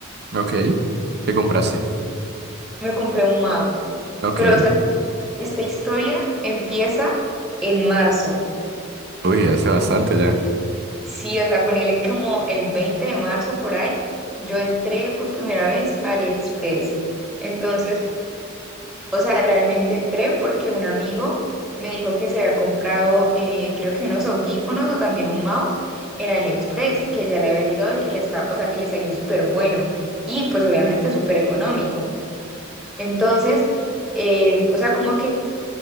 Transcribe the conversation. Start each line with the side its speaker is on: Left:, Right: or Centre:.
Right: Ok, ¿qué compraste?
Centre: Me compré un mouse.
Right: Ok,
Centre: Pero, o sea, esta historia empieza en marzo.
Right: uy, hace bastante ya.
Centre: Sí, o sea, ponele como el 20 de marzo por ahí, yo entré por primera vez a AliExpress. Entonces, O sea, realmente entré porque un amigo me dijo que se había comprado, eh, creo que unos audífonos o también un mouse en AliExpress y que ya le había llegado y que le está, o sea, que le salió súper bueno y pues obviamente súper económico. Entonces, eh, o sea, como que